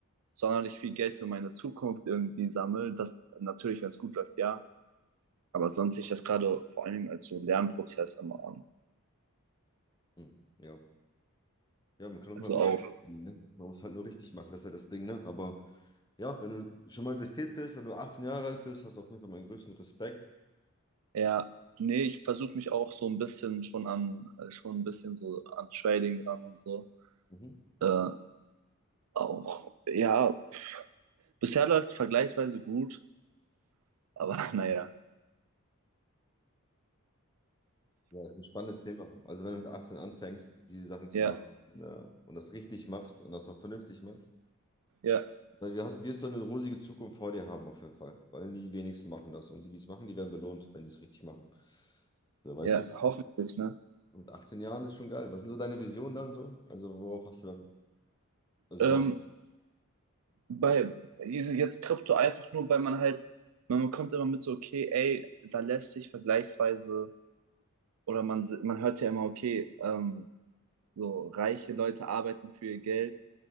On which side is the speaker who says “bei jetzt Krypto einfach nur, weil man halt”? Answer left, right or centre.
Right